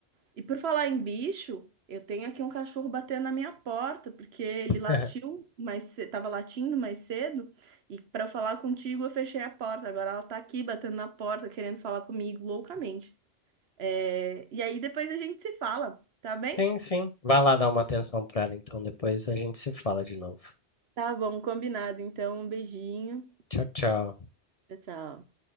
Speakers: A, on the right; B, on the left.
A: E por falar em bicho, eu tenho aqui um cachorro batendo na minha porta, porque ele
B: <laughs>
A: latiu, mas ce- tava latindo mais cedo, e para falar contigo eu fechei a porta. Agora ela tá aqui batendo na porta, querendo falar comigo loucamente. É, E aí depois a gente se fala, tá bem?
B: Sim, sim. Vai lá dar uma atenção pra ela, então. Depois a gente se fala de novo.
A: Tá bom, combinado. Então, um beijinho.
B: Tchau, tchau.
A: Tchau, tchau.